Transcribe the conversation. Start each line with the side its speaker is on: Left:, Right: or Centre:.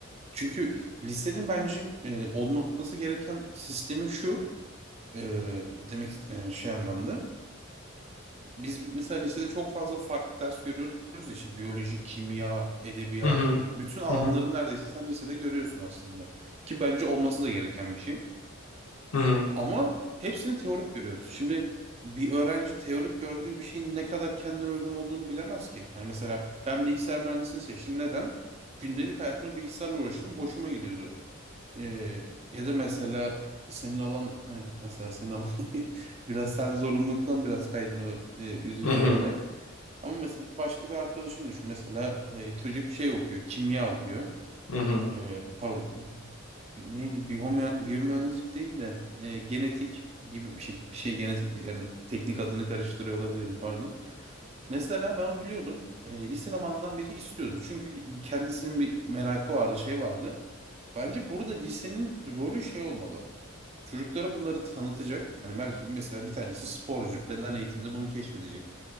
Right: Çünkü lisenin bence e, olması gereken sistemi şu. e, demek e, şey anlamda. Biz mesela lisede çok fazla farklı ders görüyoruz ya işte biyoloji, kimya, edebiyat
Left: Hı hı,
Right: hani bütün alanların
Left: hı hı,
Right: neredeyse sen lisede görüyorsun aslında. Ki bence olması da gereken bir şey.
Left: hı hı,
Right: Ama hepsini teorik görüyoruz. Şimdi bir öğrenci teorik gördüğü bir şeyin ne kadar kendine uygun olduğunu bilemez ki. Yani mesela ben bilgisayar mühendisliğini seçtim. Neden? Gündelik hayatımda bilgisayarla uğraştım. Hoşuma gidiyordu. Ee, ya da mesela senin alan hani mesela senin alan <laughs> biraz sen zorunluluktan biraz kaydın o e, üzücü
Left: hı hı,
Right: olarak. Ama mesela başka bir arkadaşım düşün. Mesela e, çocuk şey okuyor, kimya okuyor
Left: hı hı,
Right: e, pardon neydi biyome biyomühendislik değil de e, genetik gibi bir şey bir şey genetik yani teknik adını karıştırıyor olabilirim pardon. Mesela ben onu biliyordum. E, lise zamanından beri istiyordu. Çünkü kendisinin bir merakı vardı, şey vardı. Bence burada lisenin rolü şey olmalı. Çocuklara bunları tanıtacak. Hani belki mesela bir tanesi sporcu. Beden eğitiminde bunu keşfedecek.